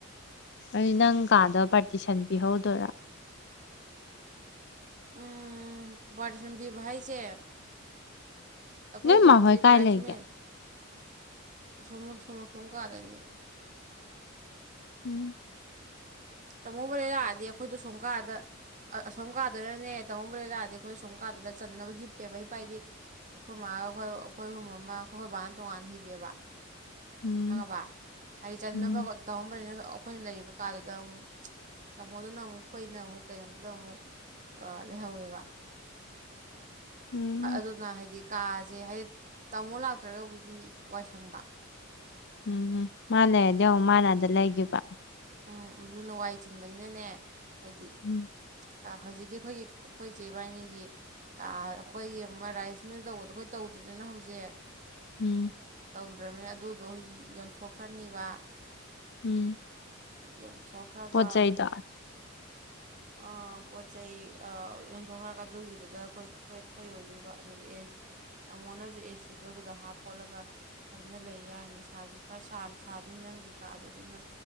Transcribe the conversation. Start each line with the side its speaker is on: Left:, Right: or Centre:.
Left: ꯑꯩ ꯅꯪ ꯀꯥꯗ ꯄꯔꯇꯤꯁꯟ ꯄꯤꯍꯧ ꯗꯣꯏꯔ
Right: ꯎꯝꯝ ꯕꯥꯔꯇꯤꯁꯟ ꯄꯤꯕ ꯍꯥꯏꯖꯦ ꯑꯈꯣꯏꯒꯤ
Left: ꯅꯣꯏ ꯃꯥꯍꯣꯏ
Right: ꯍꯧꯖꯤꯛ
Left: ꯀꯥꯏ
Right: ꯔꯥꯏꯁ
Left: ꯂꯩꯒꯦ
Right: ꯃꯤꯜ ꯑꯁꯣꯝꯅ ꯑꯁꯣꯝ ꯑꯁꯣꯝ ꯀꯥꯗꯅꯤ
Left: ꯎꯝ
Right: ꯇꯃꯣꯕ ꯂꯩ ꯂꯥꯛꯑꯗꯤ ꯑꯩꯈꯣꯏꯗꯣ ꯁꯣꯝ ꯀꯥꯗ ꯑꯁꯣꯝ ꯀꯥꯗꯨꯗꯅꯅꯦ ꯇꯥꯃꯣꯕ ꯂꯩ ꯂꯥꯛꯑꯗꯤ ꯑꯩꯈꯣꯏ ꯑꯁꯣꯝ ꯀꯥꯗꯨꯗ ꯆꯟꯅꯕ ꯍꯤꯞꯄꯦꯕ ꯍꯤꯞꯄ ꯍꯥꯏꯗꯤ ꯑꯩꯈꯣꯏ ꯃꯥꯒ ꯑꯩꯈꯣꯏ ꯑꯩꯈꯣꯏ ꯑꯍꯨꯝ ꯑꯃ ꯑꯩꯈꯣꯏ ꯕꯥꯅ ꯇꯣꯉꯥꯟꯅ ꯍꯤꯞꯄꯦꯕ
Left: ꯎꯝ
Right: ꯈꯪꯉꯥꯕ ꯍꯥꯏꯗꯤ ꯆꯟꯅꯕ
Left: ꯎꯝ
Right: ꯇꯃꯣꯕ ꯂꯩ ꯅꯖꯨ ꯑꯈꯣꯏꯅ ꯂꯩꯔꯤꯕ ꯀꯥꯗꯨꯗ ꯑꯃꯨꯛ ꯇꯥꯃꯣꯗꯨꯅ ꯑꯃꯨꯛ ꯑꯩꯈꯣꯏꯅ ꯑꯃꯨꯛ ꯀꯩꯅꯣꯗꯨꯗ ꯑꯃꯨꯛ ꯑ ꯂꯩꯍꯧꯋꯦꯕ
Left: ꯎꯝ
Right: ꯑ ꯑꯗꯨꯅ ꯍꯥꯏꯗꯤ ꯀꯥꯖꯦ ꯍꯥꯏꯗꯤ ꯇꯥꯃꯣ ꯂꯥꯛꯇ꯭ꯔꯒꯕꯨꯗꯤ ꯋꯥꯏꯁꯪꯕ
Left: ꯎꯝ ꯎꯝ ꯃꯥ ꯂꯩꯔꯗꯤ ꯑꯃꯨꯛ ꯃꯥꯅ ꯑꯗ ꯂꯩꯒꯤꯕ
Right: ꯎꯝ ꯑꯗꯨꯅ ꯋꯥꯏ ꯆꯤꯟꯕꯅꯤꯅꯅꯦ ꯍꯥꯏꯗꯤ
Left: ꯎꯝ
Right: ꯑ ꯍꯧꯖꯤꯛꯀꯤ ꯑꯈꯣꯏꯒꯤ ꯑꯈꯣꯏ ꯆꯦ ꯕꯥꯏꯅꯤꯒꯤ ꯀꯥ ꯑꯩꯈꯣꯏꯒꯤ ꯑꯃ ꯔꯥꯏꯁ ꯃꯤꯜ ꯇꯧꯕꯗꯣ ꯑꯩꯈꯣꯏ ꯇꯧꯗ꯭ꯔꯤꯖꯤꯅ ꯍꯧꯖꯤꯛ
Left: ꯎꯝ
Right: ꯇꯧꯗ꯭ꯔꯕꯅꯤꯅ ꯑꯗꯨꯗꯣ ꯌꯣꯟ ꯌꯣꯟꯊꯣꯛꯈ꯭ꯔꯅꯤꯕ
Left: ꯎꯝ
Right: ꯌꯣꯟ ꯊꯣꯛꯈ꯭ꯔꯒ
Left: ꯄꯣꯠ ꯆꯩꯗꯣ
Right: ꯑ ꯄꯣꯠ ꯆꯩ ꯑ ꯌꯣꯟꯊꯣꯛꯈ꯭ꯔꯒ ꯑꯗꯨꯒꯤꯗꯨꯗ ꯑꯩꯈꯣꯏ ꯈꯣꯏ ꯈꯣꯏ ꯑꯣꯏꯗꯣꯏꯕ ꯑꯗꯨꯗ ꯑꯦ ꯇꯥꯃꯣꯅꯖꯨ ꯑꯦ ꯁꯤꯗꯣ ꯑꯗꯨꯗ ꯍꯥꯞꯈꯣꯠꯂꯒ ꯐꯖꯅ ꯂꯩ ꯌꯥꯅꯤ ꯁꯥꯖꯨ ꯈꯔ ꯁꯥ ꯁꯥꯅꯤ ꯅꯪꯒꯤ ꯀꯥꯥꯖꯦ ꯑꯗꯨꯅ